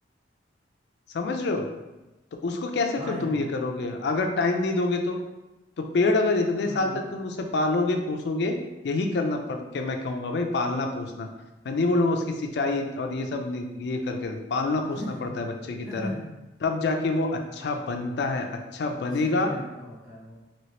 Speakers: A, on the left; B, in the centre.
A: समझ रहे हो तो उसको कैसे
B: हाँ
A: फिर
B: यार
A: तुम ये करोगे अगर टाइम नहीं दोगे तो तो पेड़ अगर इतने
B: हाँ
A: साल
B: ये
A: तक तुम उसे पालोगे पोसोगे यही करना पड़ के मैं कहूंगा भाई पालना पोसना मैं नहीं बोलूंगा उसकी सिंचाई और ये सब नहीं- ये करके पालना
B: <laughs>
A: पोसना पड़ता है बच्चे की
B: हाँ
A: तरह तब जाके वो अच्छा
B: ये
A: बनता है अच्छा बनेगा
B: इसीलिए महंगा होता है वो